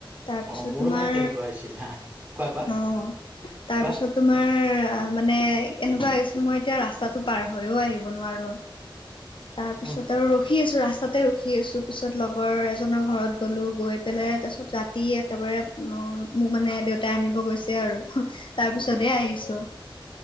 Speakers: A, on the left; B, on the right.
A: তাৰপিছত
B: অ মোৰো
A: তোমাৰ
B: মানে তেনেকুৱা হৈছিলে হা কোৱা কোৱা
A: অঁ তাৰপিছত
B: কোৱা
A: তোমাৰ মানে এনেকুৱা হৈ গৈছিলোঁ মই এতিয়া ৰাস্তাটো পাৰ হৈও আহিব ব নোৱাৰোঁ তাৰপিছত
B: উম
A: আৰু ৰখি আছো, ৰাস্তাতে ৰখিআছো পিছত লগ্ গৰ এজনৰ ঘৰত গ'লো গৈ পেলাই তাৰপিছত ৰাতি একেবাৰে ন ' মোক মানে দেউ তাই আনিব গৈছে আৰু হোঁহ্ তাৰপিছতহে
B: উম
A: আহিছোঁ।